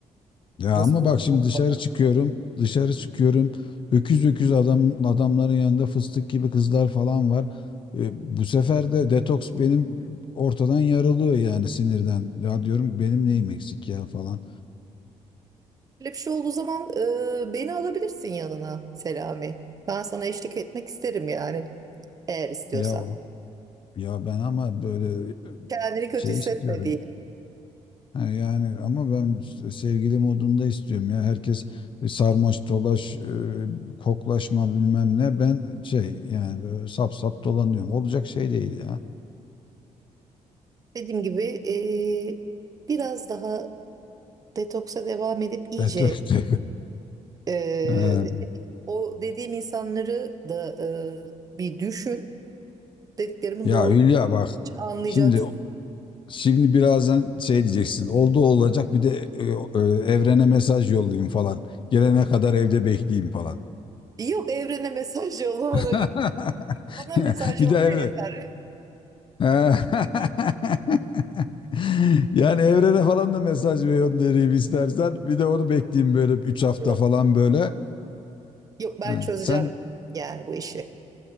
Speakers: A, on the left (about 40°); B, on the right (about 30°).
A: Ya
B: Nasıl
A: ama bak
B: bir insan
A: şimdi
B: olmalı?
A: dışarı çıkıyorum, dışarı çıkıyorum. Öküz öküz adam adamların yanında fıstık gibi kızlar falan var. E, bu sefer de detoks benim ortadan yarılıyor yani sinirden. Ya diyorum benim neyim eksik ya falan.
B: Böyle bir şey olduğu zaman e, beni alabilirsin yanına Selami. Ben sana eşlik etmek isterim yani eğer istiyorsan.
A: Ya ya ben ama böyle
B: Kendini kötü
A: şey
B: hissetme
A: istiyorum.
B: diye.
A: Ha, yani ama ben s- sevgili modunda istiyorum ya. Herkes e, sarmaş dolaş, e, koklaşma bilmem ne. Ben şey yani böyle sap sap dolanıyorum. Olacak şey değil ya.
B: Dediğim gibi eee, biraz daha detoksa devam edip iyice
A: Evet, evet. <laughs>
B: eee,
A: Ee,
B: o dediğim insanları da eee, bir düşün. Dediklerimin
A: ya
B: doğru
A: Hülya bak
B: olduğunu anlayacaksın.
A: şimdi şimdi birazdan şey diyeceksin. Oldu olacak bir de e, e, evrene mesaj yollayayım falan. Gelene kadar evde bekleyeyim falan.
B: Yok evrene mesaj yolla bana.
A: <laughs>
B: gel- Bana mesaj
A: Bir
B: yolla
A: de evre,
B: yeter.
A: Ha. <laughs> Yani evrene falan da mesaj ve göndereyim istersen. Bir de onu bekleyeyim böyle 3
B: Yok,
A: hafta
B: yok.
A: falan böyle.
B: Yok, ben
A: Ha,
B: çözeceğim
A: Sen
B: yani bu işi.